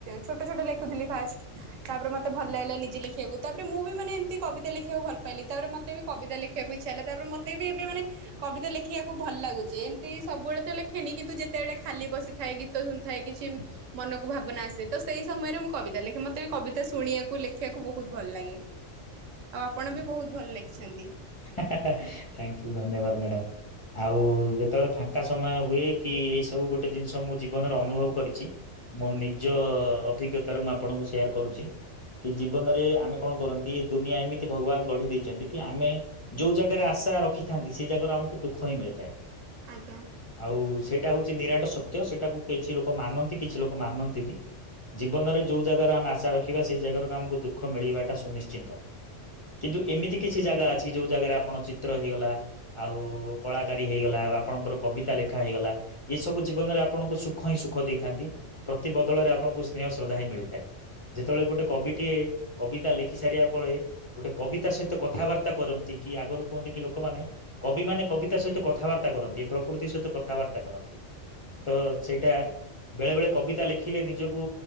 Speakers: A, on the right (about 85°); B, on the left (about 35°).
A: ଛୋଟ ଛୋଟ ଲେଖୁଥିଲି ଫାଷ୍ଟ। ତାପରେ ମତେ ଭଲ ଲାଗିଲା ନିଜେ ଲେଖିବାକୁ। ତାପରେ ମୁଁ ବି ମାନେ ଏମତି କବିତା ଲେଖିବାକୁ ଭଲ ପାଇଲି। ତାପରେ ମ ମତେ ବି କବିତା ଲେଖିବାକୁ ଇଚ୍ଛା ହେଲା। ତାପରେ ମତେ ବି ଏବେ ମାନେ କବିତା ଲେଖିବାକୁ ଭଲ ଲାଗୁଚି। ଯେନ୍ତି ସବୁବେଳେ ତ ଲେଖେନି କିନ୍ତୁ ଯେତେବେଳେ ଖାଲି ବସିଥାଏ, ଗୀତ ଶୁଣୁଥାଏ, କିଛି ମନକୁ ଭାବନା ଆସେ ତ ସେଇ ସମୟରେ ମୁଁ କବିତା ଲେଖେ। ମତେ ବି କବିତା ଶୁଣିବାକୁ ଲେଖିବାକୁ ବହୁତ ଭଲ ଲାଗେ। ଆଉ ଆପଣ ବି ବହୁତ ଭଲ ଲେଖିଛନ୍ତି।
B: ହେ ହେ। ଥାଙ୍କୟୁ ଧନ୍ୟବାଦ ମ୍ୟାଡ଼ମ୍। ଆଉ ଯେତେବେଳେ ଫାଙ୍କା ସମୟ ହୁଏ କି ଏଇ ସବୁ ଗୋଟେ ଜିନିଷ ମୁଁ ଜୀବନରେ ଅନୁଭବ କରିଚି ମୋ ନିଜ ଅଭିଜ୍ଞତା ରୁ ମୁଁ ଆପଣଙ୍କୁ ସେୟାର କରୁଚି। କି ଜୀବନରେ ଆମେ କଣ କରନ୍ତି ଏ ଦୁନିଆ ଏମିତି ଭଗବାନ ଗଢି ଦେଇଛନ୍ତି କି ଆମେ ଯୋଉ ଜାଗାରେ ଆଶା ରଖିଥାନ୍ତି ସେଇ ଜାଗାରୁ ଆମକୁ ଦୁଃଖ ହିଁ ମିଳିଥାଏ।
A: ଆଜ୍ଞା।
B: ଆଉ ସେଇଟା ହଉଚି ନିରାଟ ସତ୍ୟ। ସେଟାକୁ କିଛି ଲୋକ ମାନନ୍ତି କିଛି ଲୋକ ମାନନ୍ତିନି। ଜୀବନରେ ଯୋଉ ଜାଗାରୁ ଆମେ ଆଶା ରଖିବା ସେଇ ଜାଗାରୁ ଆମକୁ ଦୁଃଖ ମିଳିବାଟା ସୁନିଶ୍ଚିତ। କିନ୍ତୁ ଏମିତି କିଛି ଜାଗା ଅଛି ଯୋଉ ଜାଗାରେ ଆପଣ ଚିତ୍ର ହେଇଗଲା ଆଉ କଳାକାରି ହେଇଗଲା ଆପଣଙ୍କର କବିତା ଲେଖା ହେଇଗଲା ଏସବୁ ଜୀବନରେ ଆପଣଙ୍କୁ ସୁଖ ହିଁ ସୁଖ ଦେଇଥାନ୍ତି, ପ୍ରତିିବଦଳରେ ଆପଣଙ୍କୁ ସ୍ନେହ ଶ୍ରଦ୍ଧା ହିଁ ମିଳି ଥାଏ ଯେତେବେଳେ ଗୋଟେ କବିଟିଏ କବିତା ଲେଖି ସାରିବା ପରେ, ଗୋଟେ କବିତା ସହିତ କଥାବାର୍ତ୍ତା କରନ୍ତ ନ୍ତିକି ଆଗରୁ କୁହନ୍ତି କି ଲୋକମାନେ କବି ମାନେ କବିତା ସହିତ କଥାବାର୍ତ୍ତା କରନ୍ତି, ପ୍ରକୃତି ସହିତ କଥାବାର୍ତ୍ତା କରନ୍ତି। ତ ସେଇଟା ବେଳେ ବେଳେ କବିତା ଲେଖିଲେ ନିଜକୁ